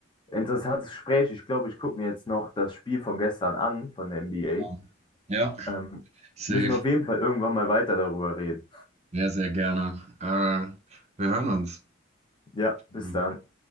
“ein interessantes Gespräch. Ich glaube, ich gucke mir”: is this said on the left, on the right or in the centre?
Left